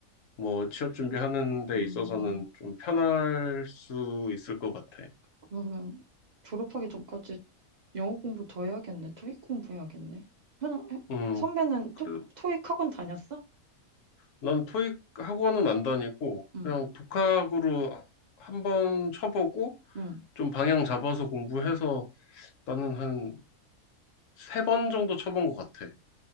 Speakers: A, on the left; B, on the right.
A: 뭐 취업 준비하는 데
B: 음.
A: 있어서는 좀 편할 수 있을 것 같아.
B: 그러면 졸업하기 전까지 영어 공부 더 해야겠네. 토익 공부해야겠네. 현, 현-
A: 음,
B: 선배는
A: 그래,
B: 토, 토익 학원 다녔어?
A: 난 토익 학원은 안 다니고
B: 응,
A: 그냥 독학으로 한 번 쳐보고
B: 응.
A: 좀 방향 잡아서 공부해서 나는 한 세 번 정도 쳐본 것 같아.